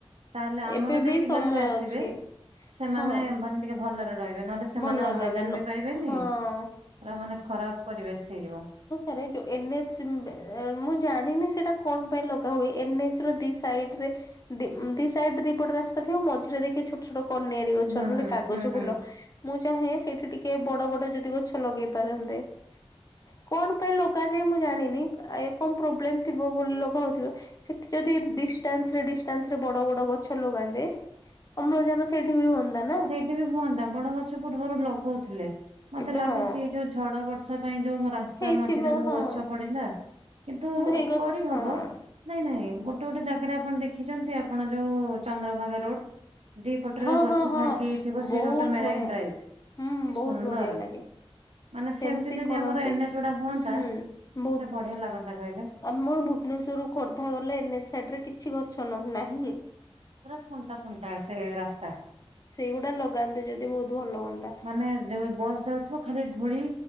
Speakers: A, on the right (about 80°); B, on the left (about 35°).
A: ତାହେଲେ ଆମର
B: ଏବେ
A: ଯୋଉ
B: ବି
A: ପିଲାଛୁଆ
B: ସମୟ
A: ଆସିବେ
B: ଅଛି
A: ସେମାନେ
B: ହଁ
A: ମାନ ଟିକେ ଭଲରେ ରହିବେ ନହେଲେ ସେମାନେ
B: ଭଲ
A: ଅମ୍ଳଜାନ
B: ରହିବେ ନ
A: ବି ପାଇବେନି
B: ହଁ
A: ପୁରା ମାନେ ଖରାପ ପରିବେଶ ହେଇଯିବ।
B: ଆରେ ଯଉ ଏନ ଏଚ ଉଁ ଏ ମୁଁ ଜାଣିନି ସେଇଟା କଣ ପାଇଁ ଲଗା ହୁଏ ଏନ ଏଚ ର ଦି ସାଇଡରେ। ଦି ଉଁ ଦି ସାଇଡ ଦିପଟ ରାସ୍ତା ଥିବ ମଝିରେ ଦେଖିବେ ଛୋଟ ଛୋଟ କନିଆ ରି ଗଛ
A: ହୁଁ
B: ନହେଲେ
A: ହୁଁ
B: କାଗଜ
A: ହୁଁ
B: ଫୁଲ ମୁଁ ଚାହେଁ ସେଇଠି ଟିକେ ବଡ ବଡ ଯଦି ଗଛ ଲଗେଇ ପାରନ୍ତେ। କଣ ପାଇଁ ଲଗାଯାଏ ମୁଁ ଜାଣିନି ଆ ଏ କଣ ପ୍ରୋବ୍ଲେମ ଥିବ ବୋଲି ଲଗା ହଉଥିବ। ସେଠି ଯଦି ଡିଷ୍ଟାନ୍ସ ରେ ଡିଷ୍ଟାନ୍ସ ରେ ବଡ ବଡ ଗଛ ଲଗାନ୍ତେ। ଅମ୍ଳଜାନ ସେଇଠି ବି ହୁଅନ୍ତା ନା।
A: ଠି ବି ହୁଅନ୍ତା ବଡ ଗଛ ପୂର୍ବରୁ ଲଗଉଥିଲେ ମତେ
B: ଏବେ
A: ଲାଗୁଚି
B: ହଁ
A: ଯୋଉ ଝଡ, ବର୍ଷା ପାଇଁ ଯୋଉଁ ମ ରାସ୍ତା
B: ହେଇଥିବ
A: ମଝିରେ ସବୁ
B: ହଁ
A: ଗଛ ପଡିଲା। କିନ୍ତୁ
B: ହେଇ ଗଛ
A: କରିହବ।
B: ହଁ
A: ନାଇଁ ନାଇଁ ଗୋଟେ ଗୋଟେ ଜାଗାରେ ଆପଣ ଦେଖିଛନ୍ତି ଆପଣ ଯୋଉ ଚନ୍ଦ୍ରଭାଗା ରୋଡ। ଦି ପଟରେ
B: ହଁ
A: ଯୋଉ ଗଛ
B: ହଁ ହଁ
A: ଛାଙ୍କି ହେଇଥିବ ସେ
B: ବହୁତ
A: ରୋଡ ଟା ମେରାଇନ
B: ବଢିଆ
A: ଡ୍ରାଇଭ
B: ହୁଁ
A: କି
B: ବହୁତ
A: ସୁନ୍ଦର।
B: ବଢିଆ ଲାଗେ।
A: ମାନେ
B: ସେମିତି
A: ଯଦି
B: କରନ୍ତି
A: ଆମର ଏନଏଚ
B: ହୁଁ
A: ଗୁଡା ହୁଅନ୍ତା
B: ହୁଁ
A: କେତେ
B: ବହୁତ।
A: ବଢିଆ ଲାଗନ୍ତା କହିଲେ
B: ଆମର ଭୁବନେଶ୍ୱରରୁୁ ଖୋର୍ଦ୍ଧା ଗଲେ ଏନ ଏଚ ସାଇଡରେ କିଛି ଗଛ ନ ନାହିଁ।
A: ପୁରା ଥୁଣ୍ଟା ଥୁଣ୍ଟା ସେ ରାସ୍ତା।
B: ସେଇଗୁଡ଼ା ଲଗାନ୍ତେ ଯଦି ବହୁତ ଭଲ ହୁଅନ୍ତା।
A: ମାନେ ଯୋଉ ବସ୍ ଯାଉଥିବ ଖାଲି ଧୂଳି